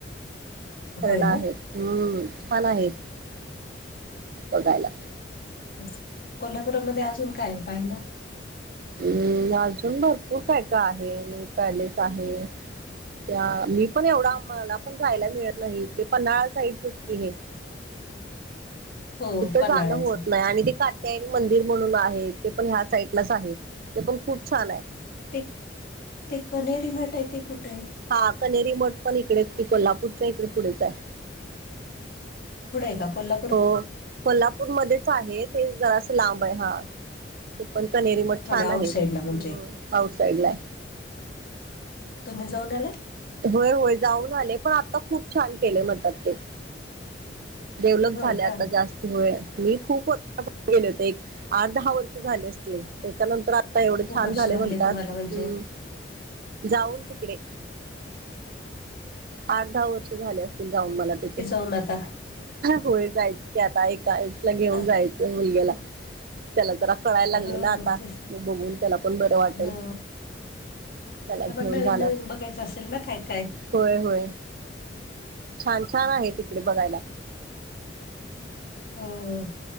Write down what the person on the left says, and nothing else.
होय
ना
तेच कोल्हापूरमध्ये अजून काय हाय पाहायला.
हो
पन्हाळ्याचं
ते ते कनेरी मट आहे ते कुठे हाय.
पुढं आहे का कोल्हा
थोड्या
आउटसाईडला
म्हणजे
तुम्ही जाऊन आलाय.
होय
का
खूप
वर्ष
तुम्हाला म्हणजे
पण आता
आह,
हो
तेच
हो त्याला
पण नवीन
नवीन बघायचं असेल ना काय काय,
हम.